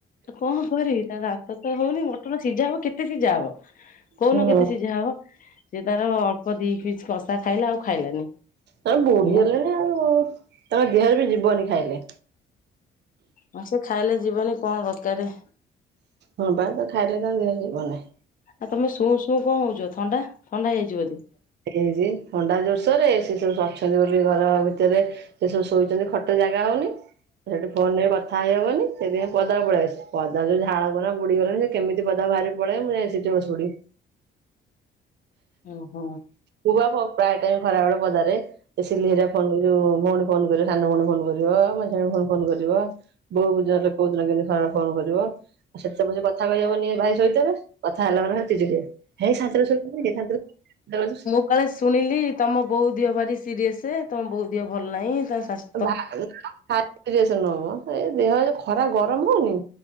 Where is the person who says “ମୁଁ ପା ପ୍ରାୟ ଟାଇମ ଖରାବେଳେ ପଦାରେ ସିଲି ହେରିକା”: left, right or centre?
Right